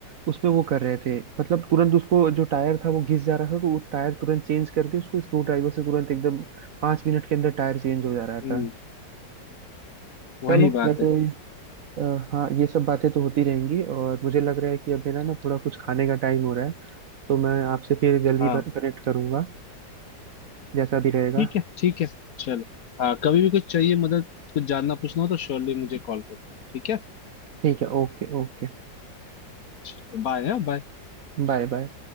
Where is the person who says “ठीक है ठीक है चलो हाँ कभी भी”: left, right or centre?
Left